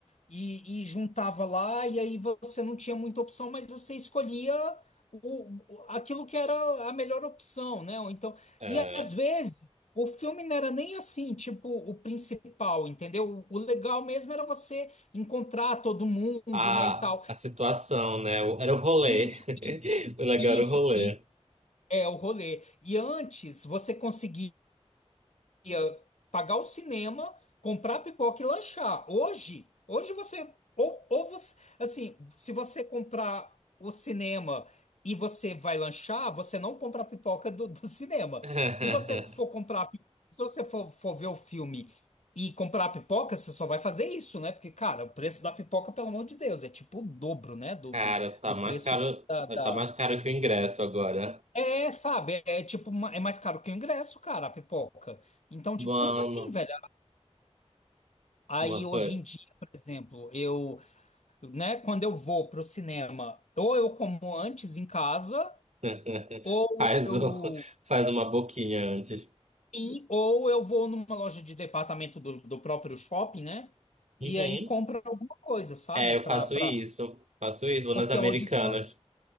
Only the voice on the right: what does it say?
É,
a,
a situação, né? O- Era o rolê.
<laughs> O legal
era o rolê.
<laughs>
Cara,
tá
mais
caro,
mas tá mais caro que o ingresso agora.
Mano,
uma
coisa.
<laughs>
Faz,
um- faz uma boquinha antes.
Uhum.
É, eu
faço
isso. Faço isso, vou
nas Americanas.